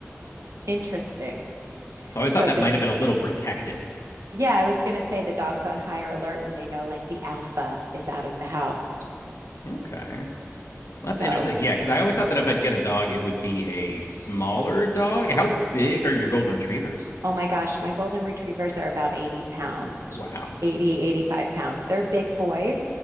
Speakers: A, on the right (about 85°); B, on the left (about 80°).
A: Interesting.
B: So I always
A: So,
B: thought that
A: the
B: might have been a little protective.
A: yeah, I was going to say the dog's on higher alert when they know like the alpha is out of the house.
B: Okay. Well,
A: So,
B: that's interesting. Yeah, because I always thought that if I'd get a dog, it would be a smaller dog. How big are your golden retrievers?
A: Oh my gosh, my golden retrievers are about 80 pounds,
B: Wow.
A: 80, 85 pounds. They're big boys,